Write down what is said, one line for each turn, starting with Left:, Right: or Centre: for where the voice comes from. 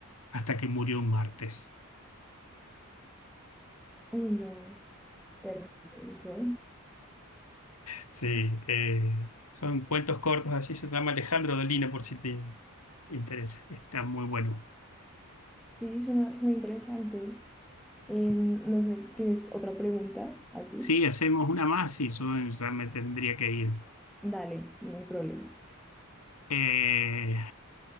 Left: hasta que murió un martes.
Centre: <laughs> Uy, no, terrible eso.
Left: Sí, eh, son cuentos cortos, así se llama Alejandro Dolina por si te interesa, está muy bueno.
Centre: Sí, suena, suena interesante. Em, no sé, ¿tienes otra pregunta así?
Left: Sí, hacemos una más y yo ya me tendría que ir.
Centre: Dale, no hay problema.
Left: Eh,